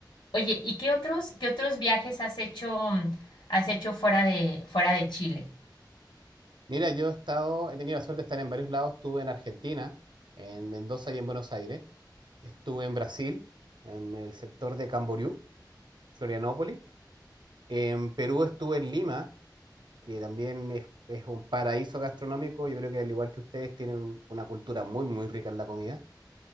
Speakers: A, on the left; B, on the right.
A: Oye, ¿y qué otros, qué otros viajes has hecho, mm, has hecho fuera de, fuera de Chile?
B: Mira, yo he estado, he tenido la suerte de estar en varios lados, estuve en Argentina, en Mendoza y en Buenos Aires, estuve en Brasil, en el sector de Camboriú, Florianópolis, en Perú estuve en Lima, que también es, es un paraíso gastronómico, yo creo que al igual que ustedes tienen una cultura muy, muy rica en la comida.